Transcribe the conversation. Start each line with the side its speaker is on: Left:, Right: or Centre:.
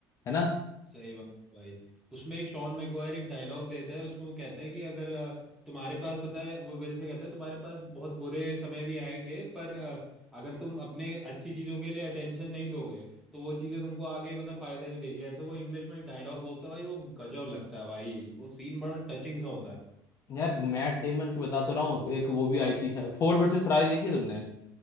Left: है ना
Centre: सही बात भाई उसमें एक शॉन मैगवायर एक डायलॉग देता है उसमें वो कहता है कि अगर अ, तुम्हारे पास पता है वो विल से कहता है तुम्हारे पास बहुत बुरे समय भी आएंगे पर अ, अगर तुम अपने अच्छी चीज़ों के लिए अटेंशन नहीं दोगे तो वो चीज़ें तुमको आगे मतलब फायदा नहीं देगी ऐसे वो इंग्लिश में एक डायलॉग बोलता है भाई वो गजब लगता है भाई वो सीन बड़ा टचिंग सा होता है
Left: यार मैट डेमन की बता तो रहा हूँ एक वो भी आई थी शायद फोर्ड वर्सेस फरारी देखी है तुमने